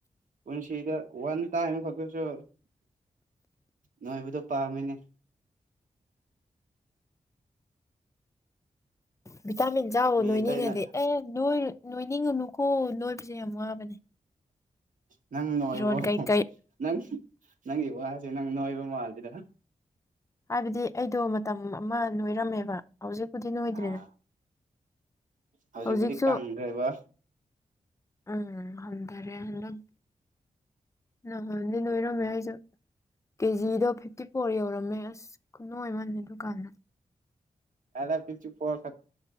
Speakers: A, on the right (about 70°); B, on the left (about 20°).
A: ꯄꯨꯟꯁꯤꯗ ꯋꯥꯟ ꯇꯥꯏꯝ ꯈꯛꯇꯁꯨ ꯅꯣꯏꯕꯨꯗ ꯄꯥꯝꯃꯤꯅꯦ
B: ꯚꯤꯇꯥꯃꯤꯟ ꯆꯥꯎꯕ
A: ꯃꯤ
B: ꯅꯣꯏꯅꯤꯡꯉꯗꯤ
A: ꯑꯇꯩꯅ
B: ꯑꯦ ꯂꯣꯏꯔꯨ ꯂꯣꯏꯅꯤꯡꯉꯨꯅꯨꯀꯣ ꯂꯣꯏꯕꯁꯦ ꯌꯥꯝ ꯋꯥꯕꯅꯦ
A: ꯅꯪ ꯅꯨꯡꯉꯥꯏꯕ꯭ꯔꯣ
B: ꯐꯤꯔꯣꯟ ꯀꯩꯀꯩ
A: ꯅꯪ ꯅꯪꯒꯤ ꯋꯥꯁꯦ ꯅꯪ ꯅꯣꯏꯕ ꯃꯥꯜꯜꯂꯤꯗ
B: ꯍꯥꯏꯕꯗꯤ ꯑꯩꯗꯣ ꯃꯇꯝ ꯑꯃ ꯅꯣꯏꯔꯝꯃꯦꯕ ꯍꯧꯖꯤꯛꯄꯨꯗꯤ ꯅꯣꯏꯗ꯭ꯔꯤꯅꯦ
A: ꯑꯥ ꯍꯧꯖꯤꯛꯄꯨꯗꯤ
B: ꯍꯧꯖꯤꯛꯁꯨ
A: ꯀꯪꯈ꯭ꯔꯦꯕ
B: ꯎꯝ ꯇꯔꯦꯂꯦ ꯅꯍꯥꯟꯗꯤ ꯂꯣꯏꯔꯝꯃꯦ ꯍꯥꯏꯁꯨ ꯀꯦꯖꯤꯗꯣ ꯐꯤꯞꯇꯤ ꯐꯣꯔ ꯌꯧꯔꯝꯃꯦ ꯑꯁ ꯈꯨꯅꯨ ꯑꯃꯅꯤꯅꯦ ꯑꯗꯨꯗꯨꯀꯥꯟꯗ
A: ꯑꯅ ꯐꯤ ꯆꯨꯞꯄ ꯑꯣꯏ